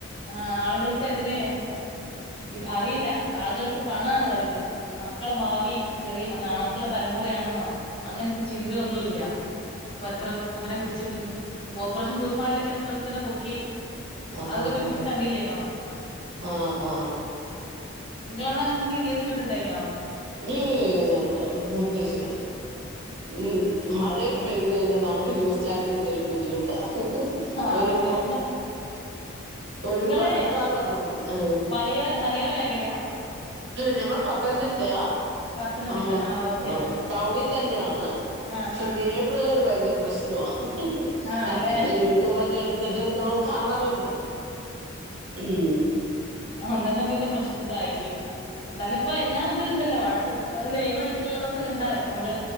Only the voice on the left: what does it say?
ആഹ് ആളുകൾക്കതിന് ഇത് അറിയില്ല ആളുകൾക്ക് പണാണ് വൽത് മക്കളെ ഭാവി ചെറിയ നാളെക്കുള്ള തലമുറ ആണെന്നോ അങ്ങനത്തെ ചിന്ത ഒന്നും ഇല്ല ഇപ്പൊ എത്ര അങ്ങനെ പിടിച്ചിട്ടുണ്ട് ഓപ്പറേഷൻ തൂഫാനിലൊക്കെ എത്ര എണ്ണത്തിനെ പൊക്കി
അതൊക്കെ ന്യൂസ്
കണ്ടില്ലേനോ
നിങ്ങളാവിടെ അങ്ങനത്തെ എന്തെങ്കിലും കേസ് കേട്ടുണ്ടേയിനോ
ആണല്ലേ?
ഇങ്ങള്
ഇങ്ങള്
മലയോര മലയോര മേഖലയാ
പത്തനംതിട്ട.
ഓക്കെ.
ഓക്കെ.
ആ
ആ.
ആണല്ലേ?
അന്നേനം പിന്നെ പ്രശ്നം ഇതായിക്കും എന്നാല് ഇപ്പെ എല്ലാം ഇതില് ഇണ്ടല്ലോ വാട്സആപ്പിൽ ലൈവ് ആയിട്ട് ഉള്ളതൊക്കെ ഇണ്ടാലോ നമ്മൾ